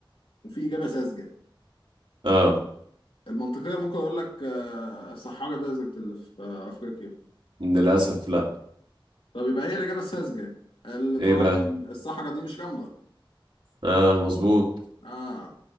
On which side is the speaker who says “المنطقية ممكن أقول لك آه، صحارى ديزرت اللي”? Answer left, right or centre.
Left